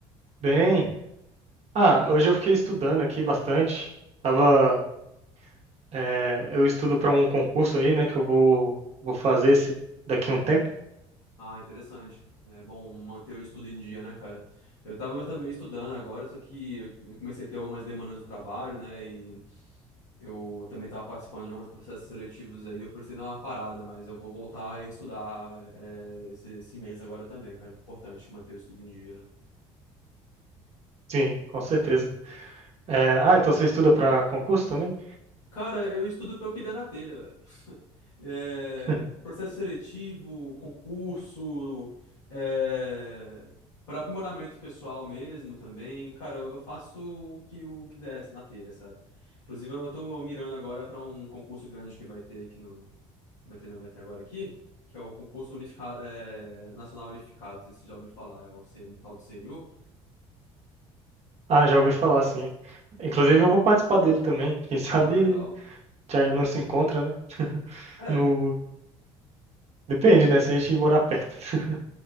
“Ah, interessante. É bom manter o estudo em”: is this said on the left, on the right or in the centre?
Left